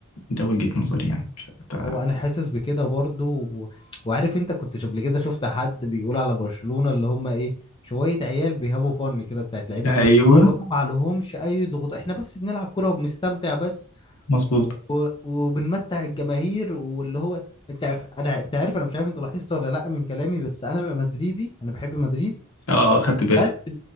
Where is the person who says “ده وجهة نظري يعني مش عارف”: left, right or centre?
Left